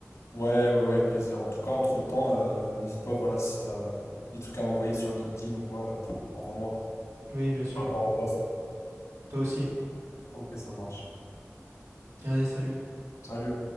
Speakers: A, on the left; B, on the right.
A: Ouais, ouais, ouais, avec plaisir. En tout cas, entre-temps, euh, n'hésite pas, voilà, si t'as des trucs à m'envoyer sur LinkedIn ou quoi, euh, envoie-moi.
B: Oui, bien sûr.
A: Par rapport au poste.
B: Toi aussi.
A: Ok, ça marche.
B: Allez, salut.
A: Salut.